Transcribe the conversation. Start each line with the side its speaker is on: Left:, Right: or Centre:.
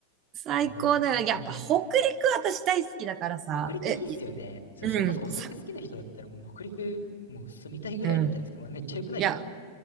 Right: 最高だよ。
Left: いや、本当に。
Right: やっぱ北陸私大好きだからさ。
Left: 北陸いいっすよね。
Right: え、い
Left: そそれこそお酒好きな人だったらもう北陸、
Right: うん、さ、
Left: もう住みたいぐらいなんじゃないですか。
Right: うん。
Left: まあめっちゃ良くないですか
Right: いや、